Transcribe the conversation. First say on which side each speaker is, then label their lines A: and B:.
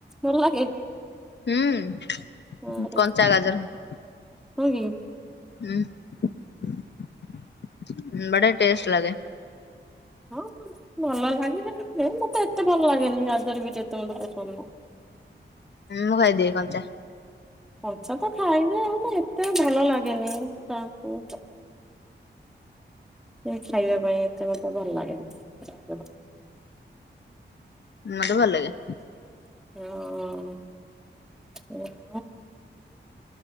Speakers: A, in the centre; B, on the left (about 65°).
A: ଭଲ ଲାଗେ।
B: ହୁଁ
A: ଆରେ
B: କଞ୍ଚା ଗାଜର
A: ହଁ କି।
B: ହୁଁ ଉଁ ବଢ଼ିଆ ଟେଷ୍ଟ ଲାଗେ।
A: ହଁ ଭଲ ଲାଗେ <unintelligible> ମତେ ଏତେ ଭଲ ଲାଗେନି ଗାଜର ବିଟ୍ ଏତେ ମତେ ପସନ୍ଦ ନୁହଁ।
B: ମୁଁ ଖାଇଦିଏ କଞ୍ଚା।
A: କଞ୍ଚା ତ ଖାଏ ଯେ ମାନେ ଏତେ ଭଲ ଲାଗେନି <unintelligible> ସେ ଖାଇବା ପାଇଁ ଏତେ ମତେ ଭଲ ଲାଗେନି <unintelligible>
B: ମତେ ଭଲ ଲାଗେ।
A: <unintelligible>